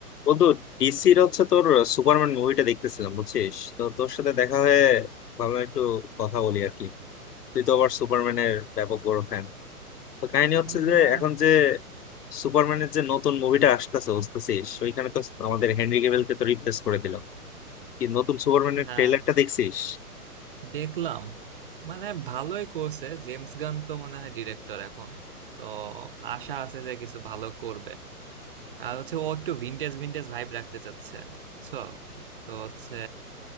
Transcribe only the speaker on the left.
বন্ধু ডিসির হচ্ছে তোর সুপারম্যান মুভিটা দেখতেছিলাম বুঝছিস তো তোর সাথে দেখা হয়ে ভাবলাম একটু কথা বলি আর কি তুই তো আবার সুপারম্যানের ব্যাপক বড় ফ্যান তো কাহিনী হচ্ছে
যে এখন যে সুপারম্যানের যে নতুন মুভিটা আসতেছে বুঝতেছিস ওইখানে তো আমাদের হেনরি ক্যাভিলকে তো রিপ্লেস করে দিল কি নতুন সুপারম্যানের
ট্রেলারটা দেখছিস